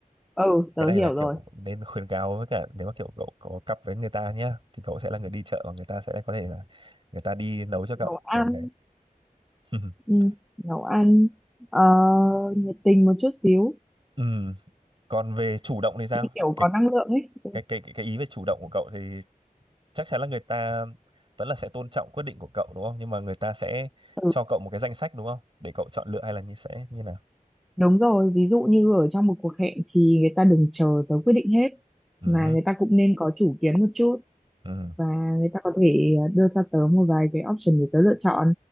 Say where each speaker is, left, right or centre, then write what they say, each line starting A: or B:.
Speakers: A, in the centre; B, on the right (about 35°).
A: ừ tớ
B: cái này
A: hiểu
B: là kiểu
A: rồi
B: nên khuyến cáo với cả nếu mà kiểu cậu có cặp với người ta nhá thì cậu sẽ là người đi chợ và người ta sẽ có thể là người ta đi nấu cho cậu
A: nấu ăn
B: kiểu như thế ừ. <laughs>
A: ừ, nấu ăn ờ, nhiệt tình một chút xíu
B: ừ. còn về chủ động thì sao
A: như kiểu
B: cái
A: có năng lượng ấy
B: cái cái cái cái ý về chủ động của cậu thì chắc chắn là người ta vẫn là sẽ tôn trọng quyết định của cậu đúng không nhưng mà người ta sẽ
A: ừ,
B: cho cậu một cái danh sách đúng không để cậu chọn lựa hay là như sẽ như nào
A: đúng rồi ví dụ như ở trong một cuộc hẹn thì người ta đừng chờ tới quyết định hết
B: ừ
A: mà người ta cũng nên có chủ kiến một chút
B: ừ
A: và người ta có thể ờ, đưa cho tớ một vài cái option để tớ lựa chọn